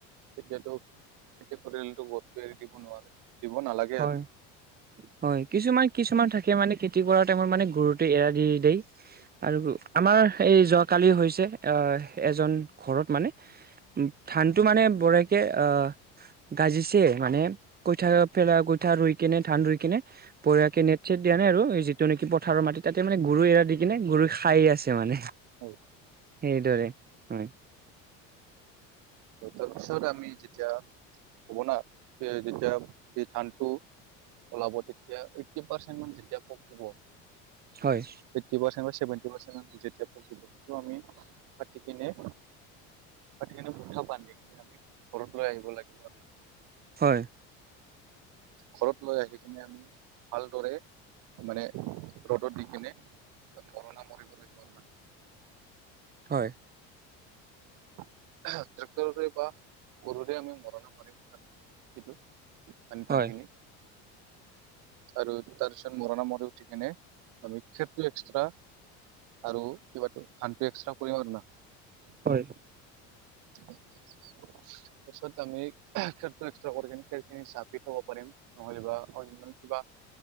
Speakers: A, on the right; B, on the right.
A: তেতিয়াতো এতিয়া পৰিয়ালতো বৰ্ত এৰি দিব নোৱাৰে। দিব নালাগে
B: হয়
A: আৰু
B: হয় কিছুমান কিছুমান থাকে মানে কৰা টাইমত মানে গৰুটো এৰা দি দেই। আৰু আমাৰ এই যোৱাকালি হৈছে আ এজন ঘৰত মানে উ ধানতো মানে বৰাইকে অ গাজিছে মানে কই থাক ফেলা গুঠা ৰই কেনে ধান ৰুই কেনে বঢ়িয়াকে নেট চেট দিয়া নাই আৰু তেনেক পথাৰৰ মাটি মানে গৰু এৰা দি কিনে গৰু খাই আছে। মানে সেইদৰে
A: হওক
B: হয়
A: তাৰপিছত আমি যেতিয়া হব ন যেতিয়া ধানটো ওলাব, তেতিয়া এইটি পাৰ্চেন্ট মান যেতিয়া পকিব
B: হয়
A: এইট্টি পাৰ্চেন্ত বা চেৱেণ্টি পাৰ্চেন্ত যেতিয়া পকিব, আমি পাতি কিনে পাতি কিনে মুঠা বান্ধি কিনে আমি ঘৰত লৈ আহিব লাগিব আৰু।
B: হয়
A: ঘৰত লৈ আহি দি কিনে আমি ভালদৰে মানে ৰ'দত দি কিনে মৰণা মৰিব লাগিব।
B: হয়।
A: ট্ৰেক্টৰৰে বা গৰুৰে আমি মৰণা মাৰিম কিন্তু মানে
B: হয়
A: ধান খিনি আৰু তাৰপিছত মৰণা মাৰি উঠি কিনে আমি খেটো এক্সট্ৰা আৰু কিবাটো ধানটো একস্ৰা কৰিম আৰু না <unintelligible>
B: হয়
A: তাৰপিছত আমি খেৰটো একস্ৰা কৰি কি খেৰ খিনি চাপ দি থব পাৰিম নহলে বা অন্য কিবা